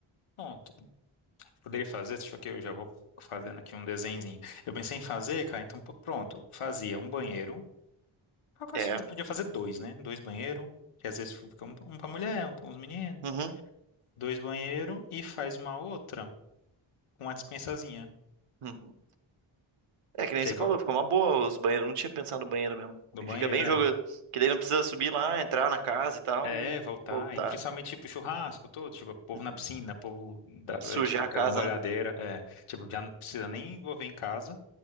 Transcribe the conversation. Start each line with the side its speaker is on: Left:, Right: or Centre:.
Left: Pronto. Poderia fazer? Deixa eu que eu já vou fazendo aqui um desenhozinho. Eu pensei em fazer, cara, então pô, pronto. Fazia um banheiro. Eu
Right: É.
Left: acho que podia fazer dois, né? Dois banheiros. Que às vezes fica um, um pra mulher, um pra uns meninos.
Right: Uhum.
Left: Dois banheiros e faz uma outra com uma dispensazinha.
Right: Uhum. É, que nem
Left: Que
Right: você
Left: aí qual-
Right: falou, ficou uma boa os banheiros. Eu Não tinha pensado no banheiro mesmo.
Left: do
Right: E
Left: banheiro,
Right: fica bem
Left: é.
Right: jogo, que daí não precisa subir lá, entrar na casa e tal
Left: É,
Right: e,
Left: voltar.
Right: e voltar.
Left: E principalmente, tipo, churrasco todo. Tipo, povo
Right: Uhum.
Left: na piscina, povo, da,
Right: Sujar
Left: é, tipo, aquela
Right: a casa,
Left: molhadeira.
Right: né?
Left: É. Tipo, já não precisa nem envolver em casa.